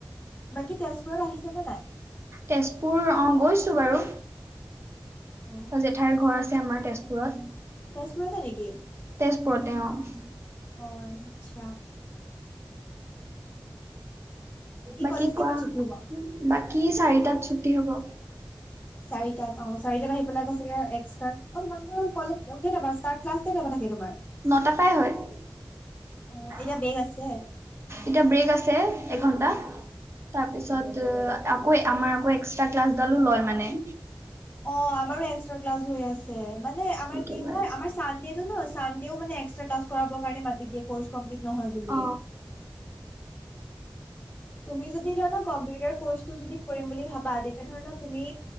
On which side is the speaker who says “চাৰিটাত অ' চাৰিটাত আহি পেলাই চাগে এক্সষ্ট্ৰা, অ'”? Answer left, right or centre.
Left